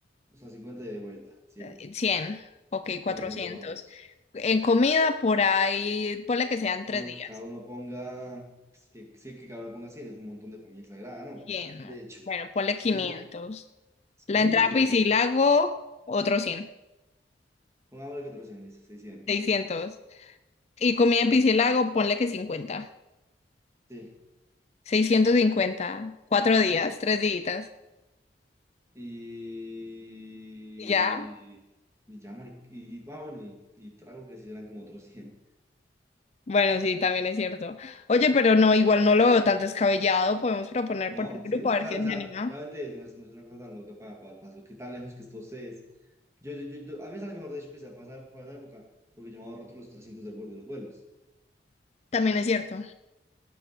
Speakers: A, on the right (about 15°); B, on the left (about 35°).
A: o sea, 50 y de vuelta, 100,
B: eh, cien 100, ok,
A: 400
B: 400.
A: vamos.
B: En comida por ahí, ponle que sean tres
A: Aunque
B: días,
A: cada uno ponga, que, sí, que cada uno ponga 100, es un montón de comida exagerada, ¿no?
B: cien
A: De hecho,
B: bueno, ponle quinientos
A: y eso es,
B: La
A: es
B: entrada
A: mucho,
B: a
A: ¿no?
B: Piscilago,
A: De,
B: otro cien
A: pongámosle que 300, listo, 600.
B: seiscientos Y comida en Piscilago, ponle que cincuenta
A: Sí.
B: seiscientos cincuenta cuatro días, tres días.
A: Y...
B: Ya,
A: Y ya, mari- y, y, ah, bueno, y, y trago que si serán como otros 100.
B: bueno, sí, también es cierto. Oye, pero no, igual no lo veo tan descabellado. Podemos proponer
A: ¿No?
B: por el grupo
A: ¿Sí es?
B: a
A: O sea,
B: ver quién
A: o sea,
B: se anima.
A: realmente es- no es, no es una cosa tan loca para, para, para lo que tan lejos que esto se es. Yo, yo, yo, yo- a mí me sale mejor, de hecho, que sea para, esa- para esa época, porque yo me ahorro los 300 del vuelo- de los vuelos.
B: También es cierto.